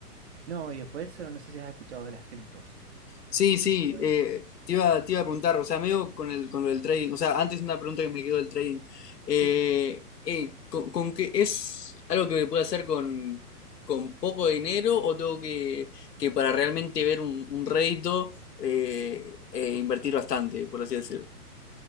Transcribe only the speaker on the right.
No, y después, eh, no sé si has escuchado de las criptos,
criptomonedas.
Sí,